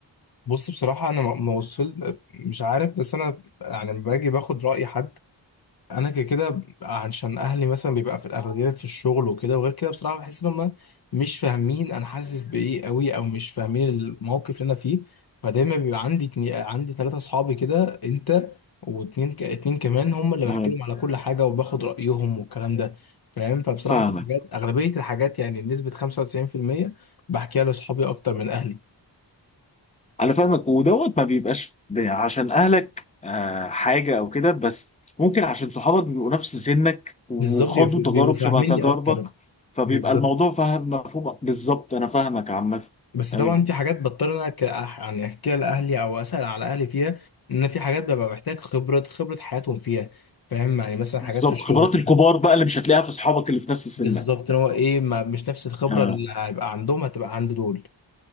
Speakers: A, on the left (about 55°); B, on the left (about 15°).
A: بص بصراحة أنا ما ما وصل مش عارف بس أنا يعني لما باجي باخد رأي حد انا كده كده عشان اهلي مثلا بيبقى في الاغلبيه في الشغل وكده وغير كده بصراحه بحس ان هم مش فاهمين انا حاسس بايه قوي او مش فاهمين الموقف اللي انا فيه فدايما بيبقى عندي اتني... عندي ثلاثه اصحابي كده انت واتنين ك... اتنين كمان هم اللي
B: مم.
A: بحكي لهم على كل حاجه وباخد رايهم والكلام ده فاهم فبصراحه
B: فاهمك
A: في حاجات اغلبيه الحاجات يعني بنسبه 95% بحكيها لاصحابي اكتر من اهلي
B: انا فاهمك ودوت ما بيبقاش ب- عشان اهلك آه، حاجه او كده بس ممكن عشان صحابك بيبقوا نفس سنك وخاضوا
A: بالظبط بيبقوا
B: تجارب
A: بيبقوا فاهميني
B: شبه تجاربك
A: اكتر
B: فبيبقى
A: بالظبط
B: الموضوع فاهم مفهوم بالظبط انا فاهمك عامه
A: بس
B: ايوه
A: طبعا في حاجات بضطر إن انا ك- أح- يعني احكيها لاهلي او اسال على اهلي فيها ان في حاجات ببقى محتاج خبره خبره حياتهم فيها فاهم يعني مثلا
B: بالظبط
A: حاجات في الشغل
B: خبرات الكبار بقى اللي مش هتلاقيها في صحابك اللي في نفس سنك
A: بالظبط ان هو ايه ما مش نفس الخبره
B: آه.
A: اللي هيبقى عندهم هتبقى عند دول